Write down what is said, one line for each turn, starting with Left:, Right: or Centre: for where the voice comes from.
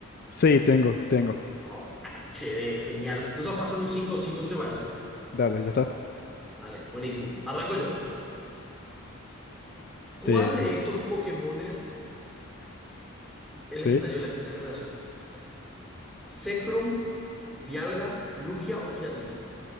Left: Sí, tengo, tengo.
Centre: Oh, HD, genial. Entonces vamos a hacer un cinco. 5 si te parece.
Left: Dale, ya está.
Centre: Dale, buenísimo. Arranco yo. ¿Cuál
Left: De,
Centre: de estos Pokémones es
Left: sí,
Centre: legendario de la quinta generación? Zekrom, Dialga, Lugia o Giratina.